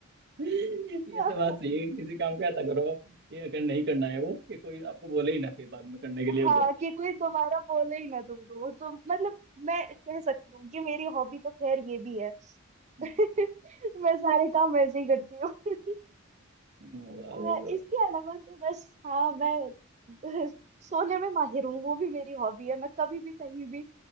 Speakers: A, on the right; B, on the right.
A: है ये
B: <laughs>
A: तो बात सही है किसी काम को ऐसा करो कि अगर नहीं करना है वो कि कोई आपको बोले ही ना फिर बाद में करने के लिए
B: हाँ
A: उसे
B: कि कोई दोबारा बोले ही ना तुमको तो मतलब मैं कह सकती हूँ कि मेरी हॉबी तो खैर ये भी है
A: हम्म।
B: <laughs> मैं सारे काम ऐसे ही करती हूँ <laughs>
A: वाह
B: आ,
A: भाई वाह
B: इसके अलावा तो बस हाँ मैं <laughs> सोने में माहिर हूँ वो भी मेरी हॉबी है मैं कभी भी कहीं भी